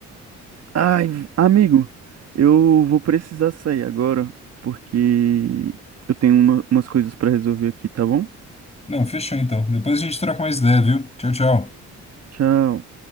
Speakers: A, on the right (about 55°); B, on the left (about 20°).
A: Ai, v- amigo, eu vou precisar sair agora, porque eu tenho uma- umas coisas pra resolver aqui, tá bom?
B: Não, fechou então. Depois a gente troca mais ideia, viu? Tchau, tchau.
A: Tchau.